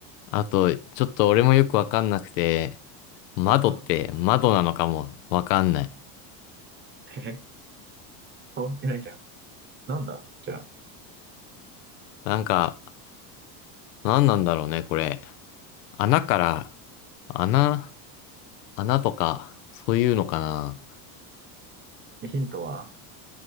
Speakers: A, on the left (about 85°); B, on the right (about 25°).
A: あと、ちょっと俺もよくわかんなくて、窓って窓なのかもわかんない。
B: うん。へへ、変わってないじゃん。なんだじゃ
A: なんか、何なんだろうね、これ。穴から、穴、穴とか、そういうのかな。
B: あ、ヒントは、